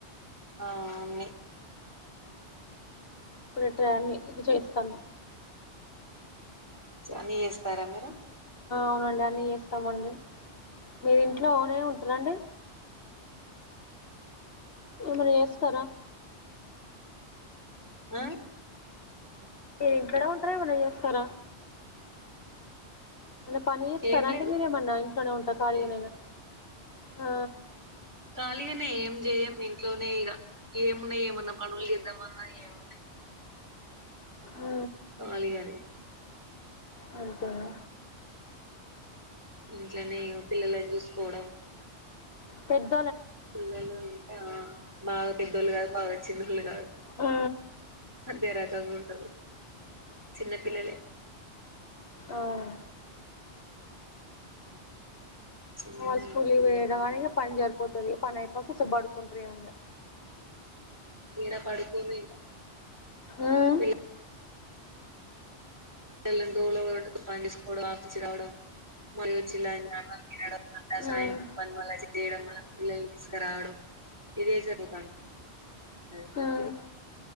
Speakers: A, on the right; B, on the left.
A: ఆ అన్ని
B: ఇప్పుడు ట్రాన్ని చేస్తాను
A: చ అన్ని చేస్తారా మీరు
B: అవునండి అన్నీ చేస్తామండి మీరు ఇంట్లోనే ఉంటరండి ఎమన్నా చేస్తారా
A: ఆ
B: మీరు ఇంట్లో నే ఉంటార ఏమనా చేస్తారా ఏమన్న పని చేస్తారా
A: ఏం
B: అండి
A: లేదు
B: మీరేమన్నా ఇంట్లోనే ఉంటారా ఖాళీగానేనా.
A: చేయరు
B: ఆ
A: ఖాళీగానే ఏం చేయం ఇంట్లోనే ఇక ఏమున్నాయి ఏమన్న పనులు చెందామన్నా ఏమున్నాయ్
B: ఆ
A: ఖాళీగానే
B: అంతేనా
A: ఇంట్లోనే ఇగ పిల్లలని చూసుకోవడం
B: పెద్
A: పిల్లలు అంటే ఆ బాగా పెద్దోళ్ళు కాదు బాగా చిన్నోళ్లు కాదు.
B: ఆ
A: మధ్యరకంగా ఉంటారు చిన్నపిల్లలే
B: అవ్
A: చిన్నగానే
B: వాళ్ స్కూల్కి
A: పిల్లలు
B: పోయేదానికి పని జరుప్ పోతది పని అయిపోగానే కోసేపు పడుకుంటారేమో ఇగ.
A: ఈడ పడుకొను ఇగా
B: ఉమ్
A: వీళ్ళ పిల్లల్ని దొలడం మళ్ళీ బాక్స్ ఇచ్చి రావడం మళ్ళీ వచ్చి అన్నం తినడం. మల్ల సాయంత్రం
B: ఉమ్
A: పని మల్ల చేయడం మల్ల పిల్లలు తీసుకురావడం ఇదే జరుగుతాంది. అర్
B: ఉమ్